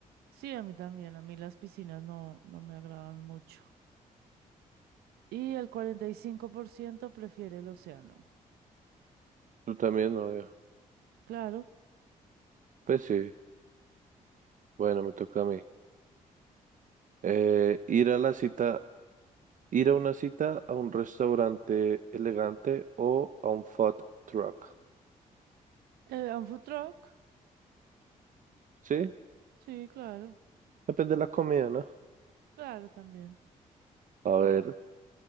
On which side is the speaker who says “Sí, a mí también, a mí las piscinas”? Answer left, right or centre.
Right